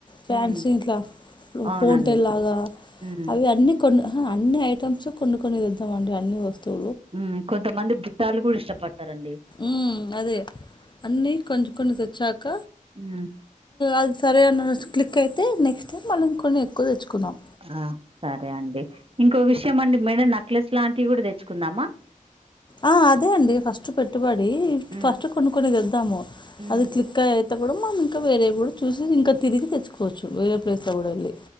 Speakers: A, on the left; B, on the right.
A: ఫ్యాన్స
B: ఉమ్
A: ఇంట్లా
B: అవునండి
A: పోంటెలాగా
B: ఉమ్
A: అవి అన్నీ కొన్ని <unintelligible> అన్ని ఐటమ్స్ కొన్ని కొన్నితెద్దాం అండి అన్ని వద్దు
B: ఉం కొంతమంది బుట్టాలు కూడా ఇష్టపడతారండి
A: ఉం అదే అన్నీ కొంచం కొన్ని తెచ్చా అక్క
B: ఉమ్
A: అది సరే అన్న క్లిక్ యితే అయితె నెక్స్ట్ మళ్ళ ఇం కొన్ని ఎక్కువ తెచ్చుకున్నాం
B: ఆ సరే అండి ఇంకో విషయం అండి మేడం నక్లెస్ లాంటివి కూడా తెచ్చుకుందామా
A: ఆ అదే అండి ఫస్ట్ పెట్టుబడి
B: ఉమ్
A: ఫస్ట్ కొన్ని కొన్ని తెద్దా ము
B: ఉమ్
A: అది క్లిక్ అయితే అపుడు మనం ఇంకా వేరేయి కూడా చూసి ఇంకా తిరిగి తెచ్చుకోవచ్చు వేరే ప్లేస్ లో కూడా వెళ్ళి